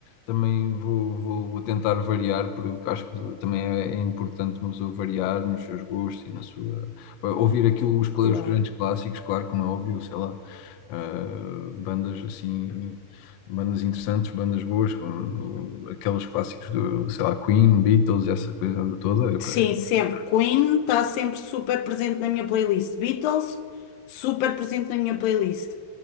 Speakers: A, on the left; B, on the left.
A: também vou, vou, vou tentar variar, porque acho que também é, é importante uma pessoa variar nos seus gostos e na sua. Ouvir aquilo, os, cla-
B: Claro.
A: os grandes clássicos, claro, como é óbvio, sei lá, ah, bandas assim, bandas interessantes, bandas boas, como aqueles clássicos do, sei lá, Queen, Beatles, essa coisa toda, é,
B: Sim,
A: é,
B: sempre. Queen está sempre super presente na minha playlist. Beatles, super presente na minha playlist.